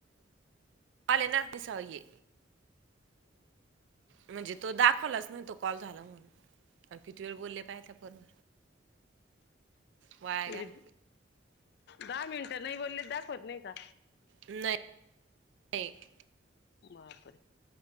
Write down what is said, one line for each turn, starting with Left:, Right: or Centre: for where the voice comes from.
Right: मला ना दिसाव हे म्हणजे तो दाखवलाच नाही तो कॉल झाला म्हणून किती वेळ बोलले पहाय आपण वाया
Left: म्हणजे
Right: गेला,
Left: दहा मिनिटं नाही बोलले दाखवत नाही का
Right: नाही एट
Left: बापरे